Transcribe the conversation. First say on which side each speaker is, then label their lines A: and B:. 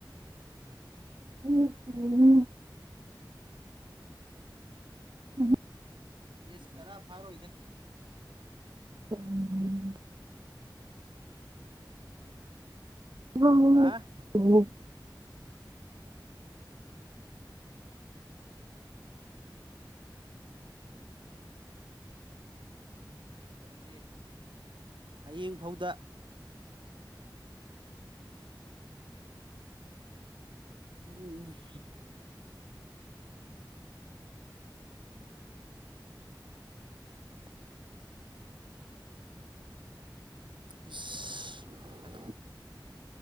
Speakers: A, on the right; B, on the right.
A: ꯎꯝ ꯎꯝ ꯎꯝ
B: ꯄꯦꯁ ꯇꯔꯥ ꯐꯥꯔꯣꯏꯗ
A: ꯎꯝ ꯎꯝ
B: ꯍꯥ
A: ꯎꯝ
B: ꯉꯁꯤ ꯀꯩ ꯁꯇꯔꯗꯦ ꯍꯌꯦꯡꯐꯥꯎꯗ ꯎꯝ ꯎꯝ <unintelligible> ꯑ <unintelligible>